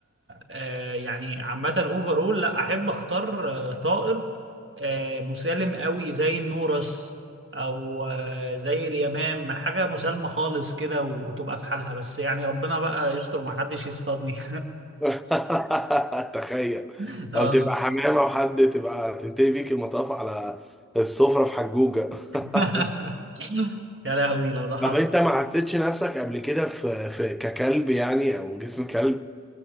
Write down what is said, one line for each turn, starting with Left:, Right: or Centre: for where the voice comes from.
Right: آه، يعني عامة أوفرول لأ أحب أختار آه، طائر آه، مسالم قوي زي النورس أو آه، زي اليمام حاجة مسالمة خالص كده وتبقى في حالها بس يعني ربنا بقى يستر ومحدش يصطادني
Centre: <laughs> تخيل
Right: <laughs> آه.
Centre: او تبقى حمامة وحد تبقى تنتهي بيك المطاف على السفرة في حجوجة <laughs>
Right: <laughs> يا لهوي لو ده حصل
Centre: طب انت ما حسيتش نفسك قبل كده في في ككلب يعني او جسم كلب